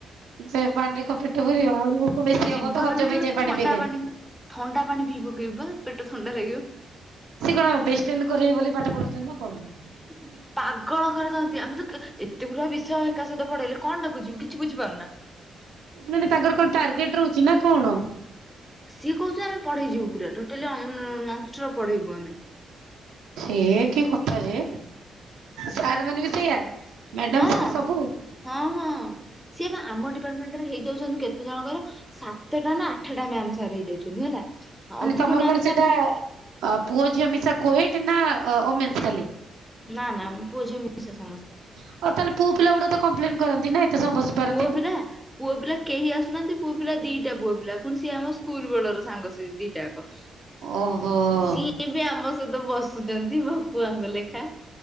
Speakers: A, on the right; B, in the centre.
A: ସେ ପାଣିରେ କ ପେଟ ଭରିବ ଆହୁରି ଭୋକ ବେଶୀ
B: ଜୀବନ
A: ହବ ତ ହଜମ
B: ବିକଳ
A: ହେଇଯାଏ ପାଣି
B: ଥଣ୍ଡା
A: ପିଇଲେ
B: ଥଣ୍ଡା ପାଣି ଭିଇ ପକେଇବା ପେଟ ଥଣ୍ଡା ଲାଗିବ
A: ସେ କଣ ବଷ୍ଟେ କରିବେ ବୋଲି ପାଠ ପଢୁଛନ୍ତି ନା କଣ
B: ହୁଁ ପାଗଳ କରିରେଥାଅନ୍ତି ଆମେ ତ ଏତେ ଗୁଡା ବିଷୟ ଏକା ସହିତ ପଢେଇଲେ କଣ ଟା ବୁଝିବୁ କିଛି ବୁଝିପାରୁନା
A: ମାନେ ତାଙ୍କର କଣ ଟାର୍ଗେଟ ରହୁଛି ନା କଣ
B: ସିଏ କହୁଛନ୍ତି ଆମେ ପଢେଇଯିବୁ ପୁରା ଟୋଟାଲି ନଷ୍ଟର ପଢେଇବୁ ଆମେ
A: ସିଏ କି କଥା ଯେ ସାର୍ ମାନେ ବି ସେଇଆ ମ୍ୟାଡାମ
B: ହଁ
A: ସାର୍ ସବୁ
B: ହଁ ହଁ ସିଏ ବା ଆମ ଡିପାର୍ଟମେଣ୍ଟ ରେ ହେଇଯାଉଛନ୍ତି କେତେ ଜଣଙ୍କର ସାତଟା ନା ଆଠଟା ମ୍ୟାାମ ସାର୍ ହେଇ ଯାଉଛନ୍ତି ହେଲା
A: ମାନେ
B: ଅଧିକ
A: ତମର
B: ମ୍ୟାମ
A: କଣ
B: ସାର୍
A: ସେଟା ପୁଅ ଝିଅ ମିଶା କୋୟେଟ ନା ଓମେନ୍ସ ଖାଲି
B: ନା ନା ପୁଅ ଝିଅ ମିଶା ସମସ୍ତେ
A: ଆଉ ତାହେଲ ପୁଅ ପିଲା ଗୁଡା କପ୍ଲେନ କରନ୍ତି ନା ଏତେ ସମୟ ବସି ପାରନ୍ତିନି
B: ପୁଅ ବି ନା ପୁଅ ପିଲା କେହି ଆସୁନାହାନ୍ତି ପୁଅ ପିଲା ଦିଟା ପୁଅ ପିଲା ପୁଣି ସିଏ ଆମ ସ୍କୁଲ ବେଳର ସାଙ୍ଗ ସେ ଦିଟା ଯାକ
A: ଓହୋ।
B: ସିଏ ବି ଆମ ସହିତ ବସୁଛନ୍ତି ଭକୁଆ ଲେଖା